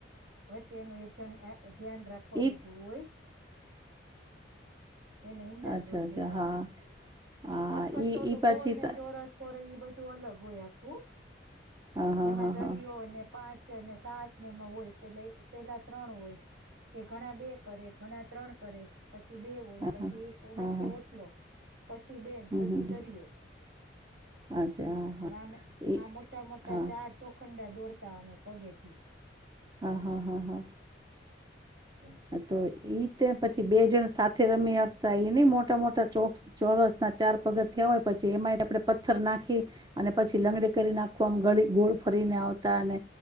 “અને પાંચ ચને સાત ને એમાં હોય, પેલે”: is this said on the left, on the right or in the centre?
Right